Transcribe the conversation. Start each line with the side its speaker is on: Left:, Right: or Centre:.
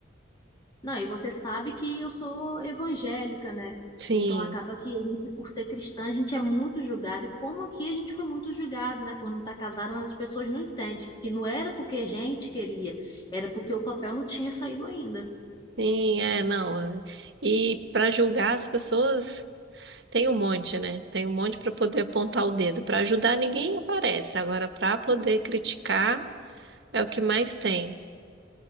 Left: Não, e você sabe que eu sou evangélica, né?
Right: Sim,
Left: Então acaba que a gente, por ser cristã, a gente é muito julgado. E como aqui a gente foi muito julgado, né? Por não estar casado, mas as pessoas não entendem que não era porque a gente queria, era porque o papel não tinha saído ainda.
Right: sim, é, não. é. E para julgar as pessoas tem um monte, né? Tem um monte para poder apontar o dedo. Para ajudar ninguém aparece. Agora, para poder criticar É o que mais tem.